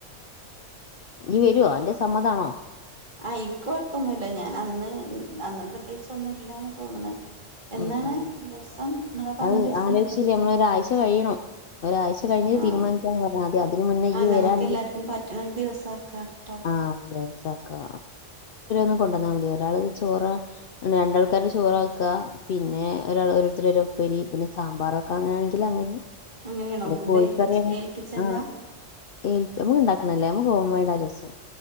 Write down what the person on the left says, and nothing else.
ഇജ് വരോ അന്റത് സമ്മതാണോ
ഉം ആം.
അത്
ആലോയ്ല്ല്യ
നമ്മള് ഒരാഴ്ച കഴിയണം ഒരാഴ്ച കഴിഞ്ഞ്
തീരുമാനിക്കാന്ന് പറഞ്ഞാദ്യം അതിന് മുന്നേ ഇയ്യ്
വരാണെങ്ങി
ആഹ് ആലോയ്ച്ചോക്കാ <unintelligible> <unintelligible> കൊണ്ടന്നാ മതി ഒരാള് ചോറ് രണ്ടാൾക്കാര് ചോറാക്ക. പിന്നെ ഒരാൾ ഓരോരുത്തരുപ്പേരി പിന്നെ സാമ്പാറൊക്കെ അങ്ങനെയാണെങ്കിൽ അങ്ങനേം. <unintelligible>
കോഴിക്കറി
ആണെങ്കിൽ
<unintelligible> <unintelligible> രസം